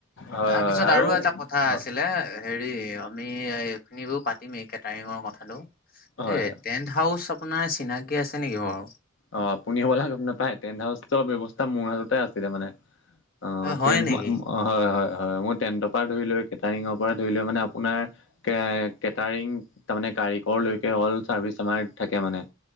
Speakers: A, on the left; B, on the left.
A: হয়,
B: তাৰপিছত
A: হয়। আৰু
B: এটা কথা
A: হয়
B: আছিলে হেৰি আমি এইখিনি বোৰ পাতিমে এই কেটাৰিঙৰ কথাটো
A: হয়
B: এ টেনট হাউচ অপোনাৰ চিনাকি আছে নেকি বাৰু।
A: অ' আপুনি হ'ব লা নাপায় টেণ্ট হাউচৰ ব্যৱস্থা মোৰ হাততে আছিলে মানে অ' সেই
B: হয় নেকি
A: হয় হয় হয় মই টেণ্টৰ পৰা ধৰি লৈ কেটাৰিঙৰ পৰা ধৰি লৈ মানে আপোনাৰ কে কেটাৰিং তাৰমানে কাৰিকৰ লৈকে অল চাৰ্ভিচ আমাৰ থাকে মানে